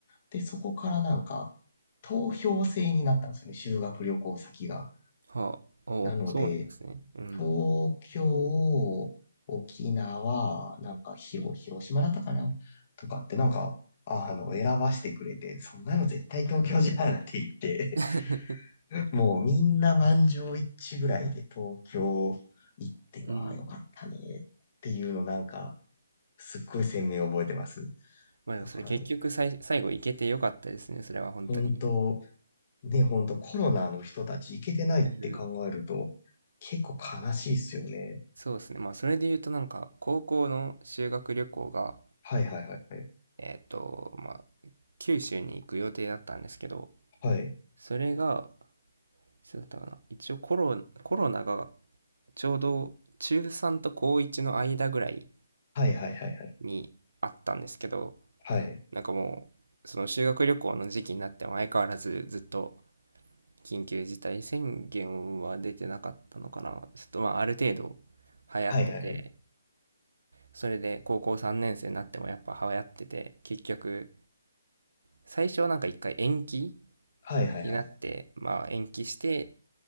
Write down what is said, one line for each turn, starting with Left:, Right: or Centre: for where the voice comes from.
Left: で、そこからなんか、投票制になったんですよね、修学旅行先が。
Right: はあおそうなんですねうん
Left: なので、東京、沖縄、なんか広、広島だったかなとかってなんか、あの、選ばしてくれて、そんなの絶対東京じゃんって言って、
Right: <laughs>
Left: <laughs> もうみんな満場一致ぐらいで東京行ってはよかったねっていうのなんか
Right: うん
Left: すっごい鮮明に覚えてます。
Right: まあでもそれ結局最最後行けてよかったですねそれは本当に
Left: だから本当、ね、本当コロナの人たち行けてないって考えると結構悲しいっすよね。
Right: うんそうですねまあそれで言うとなんか高校の修学旅行が
Left: はいはいはい。
Right: えっとまあ九州に行く予定だったんですけど
Left: はい。
Right: それがいつだったかな。一応コロ、コロナがちょうど中3と高1の間ぐらい
Left: はいはいはいはい。
Right: にあったんですけど、
Left: はい。
Right: なんかもう、その修学旅行の時期になっても相変わらずずっと緊急事態宣言は出てなかったのかな。ちょっとまあある程度流行ってて、
Left: はいはいはい。
Right: それで高校3年生になってもやっぱ流行ってて、結局最初はなんか一回延期
Left: はいはいはい。
Right: になって、まあ延期して